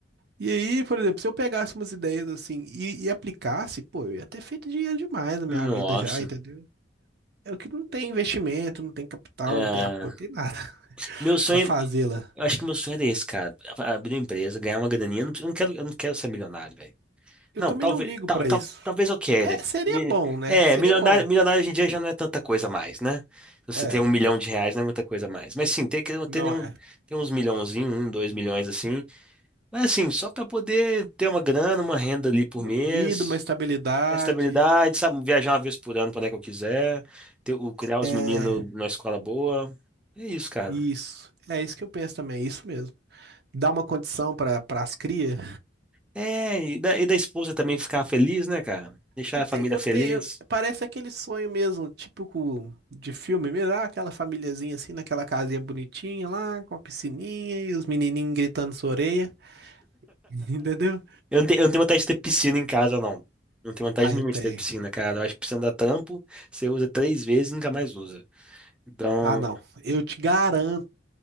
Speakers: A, on the right; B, in the centre.
A: E aí, por exemplo, se eu pegasse umas ideias assim e, e aplicasse, pô, eu ia ter feito dinheiro demais na minha
B: Nossa.
A: vida já, entendeu? É o que não tem investimento, não tem capital,
B: É,
A: não tem apoio, não tem nada <laughs>
B: meu sonho,
A: pra fazê-la.
B: eu acho que meu sonho era esse, cara. Abrir uma empresa, ganhar uma graninha. Eu não, eu não quero, eu não quero ser milionário, velho.
A: Eu
B: Não,
A: também
B: talvez,
A: não ligo
B: tal,
A: pra
B: tal-
A: isso.
B: talvez eu queira.
A: É, seria
B: Mi-
A: bom, né?
B: É,
A: Seria
B: milionário,
A: bom.
B: milionário hoje em dia já não é tanta coisa mais, né? Você
A: É,
B: ter um milhão de reais não é muita coisa mais. Mas sim, ter, ter,
A: não
B: um,
A: é.
B: ter uns milhãozinhos, um, dois milhões assim. Mas assim, só para poder ter uma grana, uma renda ali por
A: Uma
B: mês,
A: vida, uma estabilidade.
B: uma estabilidade, sabe? Viajar uma vez por ano para onde é que eu quiser, ter, o- criar os
A: É,
B: meninos numa escola boa. É isso, cara.
A: isso. É isso que eu penso também, é isso mesmo. Dar uma condição para as cria.
B: É, e da, e da esposa também ficar feliz, né, cara? Deixar
A: Eu
B: a
A: tenho,
B: família
A: eu
B: feliz.
A: tenho, parece aquele sonho mesmo, típico de filme mesmo, ah, aquela famíliazinha assim, naquela casinha bonitinha lá, com a piscininha e os menininhos gritando sua orelha, <laughs> entendeu?
B: Eu não tenho, eu não tenho vontade de ter piscina em casa, não. Não tenho vontade
A: Ah,
B: nenhuma
A: eu tenho.
B: de ter piscina, cara. Eu acho que piscina dá trampo, você usa três vezes e nunca mais usa. Então,
A: Ah, não. Eu te garanto